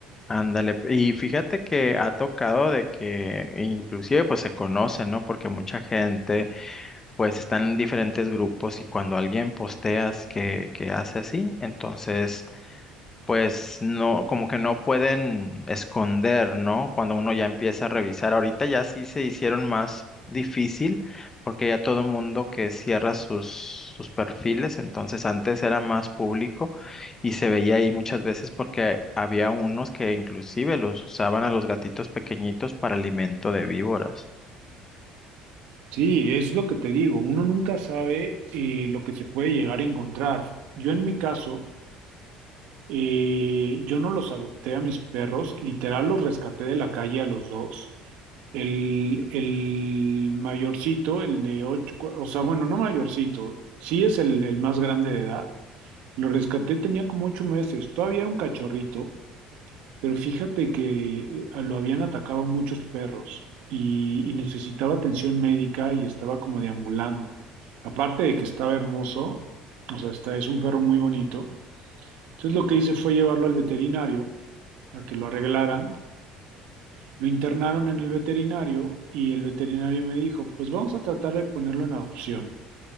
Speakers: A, on the left (about 20°); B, on the right (about 70°).
A: Ándale, y fíjate que ha tocado de que inclusive pues se conocen, ¿no? Porque mucha gente pues está en diferentes grupos y cuando alguien posteas que, que hace así, entonces pues no, como que no pueden esconder, ¿no? Cuando uno ya empieza a revisar, ahorita ya sí se hicieron más difícil porque ya todo mundo que cierra sus, sus perfiles, entonces antes era más público y se veía ahí muchas veces porque había unos que inclusive los usaban a los gatitos pequeñitos para alimento de víboras.
B: Sí, es lo que te digo, uno nunca sabe eh, lo que se puede llegar a encontrar. Yo en mi caso, eh, yo no los adopté a mis perros, literal los rescaté de la calle a los dos. El, el mayorcito, el de ocho, cu- o sea, bueno, no mayorcito, sí es el, el más grande de edad. Lo rescaté, tenía como ocho meses, todavía era un cachorrito. Pero fíjate que eh, lo habían atacado muchos perros y, y necesitaba atención médica y estaba como deambulando. Aparte de que estaba hermoso, o sea, está, es un perro muy bonito. Entonces lo que hice fue llevarlo al veterinario a que lo arreglaran. Lo internaron en el veterinario y el veterinario me dijo, pues vamos a tratar de ponerlo en adopción.